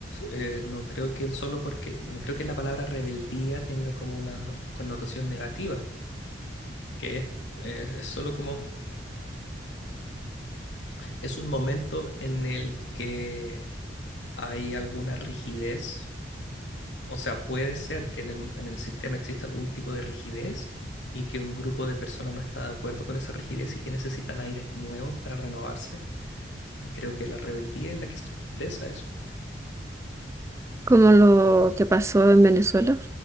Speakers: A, on the left; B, on the right.
A: Eh, no creo que solo porque, no creo que la palabra rebeldía tenga como una connotación negativa, que es, es es solo como es un momento en el que hay alguna rigidez, o sea, puede ser que en el, en el sistema exista algún tipo de rigidez y que un grupo de personas no está de acuerdo con esa rigidez y que necesitan aires nuevos para renovarse. Y creo que la rebeldía es la que expresa eso.
B: Como lo que pasó en Venezuela,